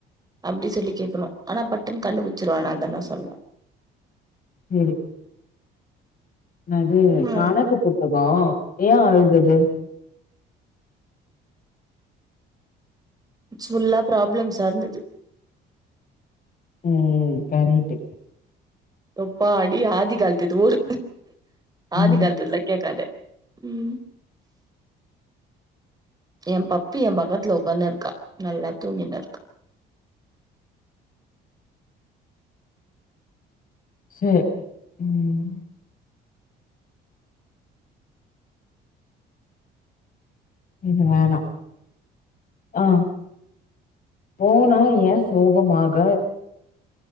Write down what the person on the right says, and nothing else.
அப்பிடி சொல்லி கேக்கணோ ஆனா பட்டுன்னு கண்டுபிடிச்சிருவ நா அதா நா சொல்லறே
ம்
ட்ஸ்புல்லா ப்ராப்ளம்ஸா இருந்தது
யொப்பாடி ஆத்தி கலத்துது ஓடு.
ஆதி கலத்துலா கேக்காத ம் ஏ பப்பி ஏ பக்கத்துல உக்காந்துருக்கா நல்லா தூங்கினு இருக்கு